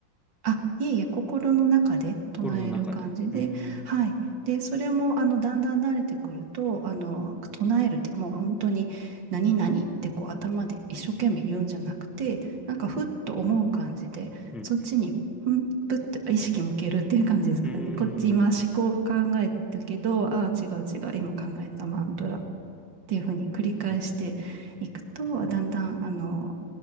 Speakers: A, on the right; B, in the centre.
A: あ、いえいえ、心の中で唱える感じで、
B: 心の中で。うーん。
A: はい。で、それも、あの、だんだん慣れてくると、あの、唱えるって、もう本当に、何々ってこう、頭で一生懸命言うんじゃなくて、なんか、ふっと思う感じで、
B: うん、
A: そっちに、
B: うん。
A: ふん、ぷって意識向けるっていう感じですかね。
B: うーん。
A: こっち、今、思考を考えたけど、ああ、違う違う、今考えたマントラっていうふうに繰り返していくと、
B: うん。
A: だんだん、あの、